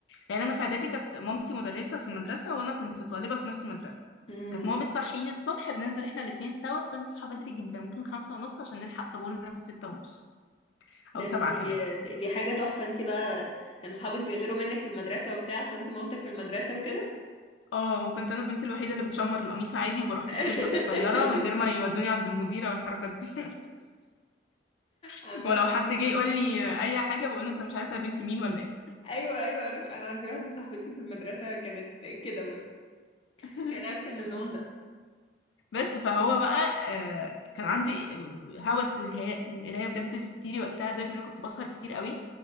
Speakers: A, on the left; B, on the left.
A: لان انا في اعدادي كانت مامتي مدرسه في المدرسه وانا كنت طالبه في نفس المدرسه
B: امم
A: كانت ماما بتصحيني الصبح بننزل احنا الاتنين سوا فكنا نصحى بدري جدا ممكن خمسة ونص عشان نلحق طابورنا ستة ونص
B: ده
A: او سبعة
B: انت
A: كمان
B: دي دي حاجة تحفة انت بقى كان صحابك بيغيروا منك في المدرسة وبتاع عشان انت مامتك في المدرسة وكده
A: اه وكنت انا البنت الوحيده اللي بتشمر القميص عادي وبروح
B: <laughs>
A: بسكيرت قصيره من غير ما يودوني عند المديره والحركات دي <laughs>
B: عامة
A: ولو حد جه يقول لي اي حاجه بقول له انت مش عارف انا بنت مين ولا ايه
B: ايوه ايوه انا ف... انا عندي واحده صاحبتي في المدرسه كانت كده برضه
A: <laughs>
B: كان نفس النظام ده
A: بس فهو بقى آه، كان عندي هوس للهي- للقرايه بجد هستيري وقتها لدرجه ان انا كنت بسهر كتير قوي